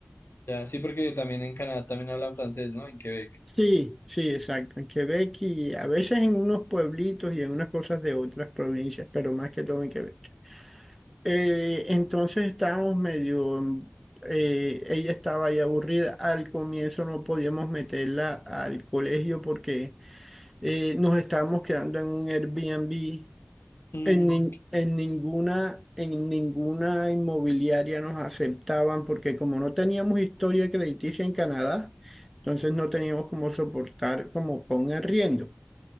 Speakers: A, on the left (about 65°); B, in the centre.
A: Ya, sí, porque también en Canadá también hablan francés, ¿no? En Quebec.
B: Sí, sí, exacto. En Quebec y a veces en unos pueblitos y en unas cosas de otras provincias, pero más que todo en Quebec. Eh, entonces estábamos medio, en- eh, ella estaba ahí aburrida. Al comienzo no podíamos meterla al colegio porque eh, nos estábamos quedando en un Airbnb
A: Mm,
B: en, nin- en ninguna, en ninguna inmobiliaria nos aceptaban porque como no teníamos historia crediticia en Canadá, entonces no teníamos como soportar como con un arriendo.